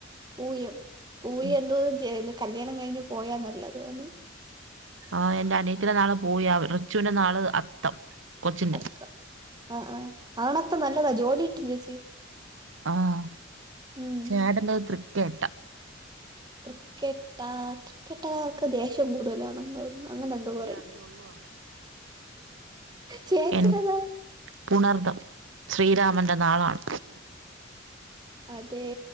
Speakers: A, on the right (about 20°); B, on the right (about 70°).
A: പൂയം പൂയം
B: ഉം
A: എന്തോന്ന് ചെയ്യുന്നു കല്യാണം കഴിഞ്ഞ് പോയാൽ നല്ലതാണ്.
B: ആഹ് എന്റെ അനിയത്തിയുടെ നാള് പൂയം റിച്ചുവിന്റെ നാള് അത്തം. കൊച്ചിന്റെ
A: അത്തം ആഹ് ആഹ് ആൺ അത്തം നല്ലതാ ജോലി കിട്ടും ചേച്ചി.
B: ആഹ്
A: ഉം
B: ചേട്ടന്റത് തൃക്കേട്ട.
A: തൃക്കേട്ട തൃക്കേട്ടക്കാർക്ക് ദേഷ്യം കൂടുതലാണെന്നു തോന്നുന്നു. അങ്ങനെ എന്തോ
B: ഈ
A: പറയും
B: അതേ ഉള്ളൂ അവിടെ
A: ചേച്ചിടെതോ.
B: എൻ പുണർതം ശ്രീരാമന്റെ നാളാണ്.
A: അതെ,